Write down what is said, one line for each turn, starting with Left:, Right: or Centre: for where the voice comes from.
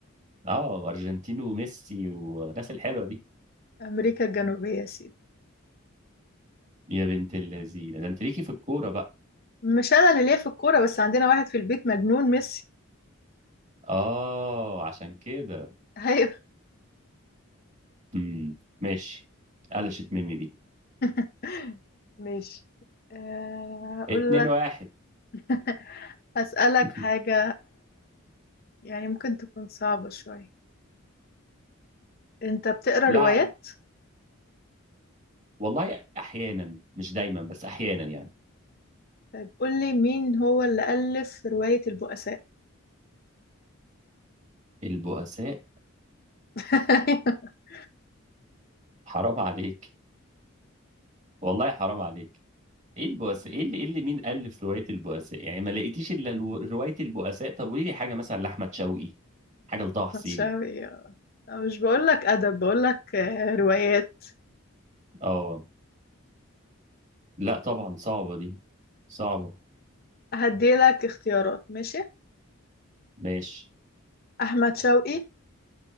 Right: أه أرجنتين وميسي والناس الحلوة دي
Left: أمريكا الجنوبية يا سيدي
Right: يا بنت اللذينة ده أنت ليكي في الكورة بقى
Left: مش أنا اللي ليا في الكورة بس عندنا واحد في البيت مجنون ميسي
Right: أه عشان كده
Left: أيوه
Right: امم ماشي قلشت مني دي
Left: <laughs> ماشي آه، أقول
Right: اتنين
Left: لك
Right: واحد
Left: <laughs> هسألك
Right: <laughs>
Left: حاجة يعني ممكن تكون صعبة شوية أنت بتقرأ
Right: لاعب
Left: روايات
Right: والله احيانا مش دايما بس احيانا يعني
Left: طيب قول لي مين هو اللي ألف رواية البؤساء
Right: البؤساء
Left: <laughs>
Right: حرام عليك والله حرام عليك ايه البؤساء ايه اللي, إيه اللي مين الف روايه البؤساء يعني ما لقيتيش الا الو- روايه البؤساء طب قولي لي حاجه مثلا لاحمد شوقي حاجه لطه حسين
Left: متشابه مش بقولك أدب بقولك آه، روايات
Right: اه لا طبعا صعبه دي صعبه
Left: هديلك اختيارات ماشي
Right: ماشي
Left: أحمد شوقي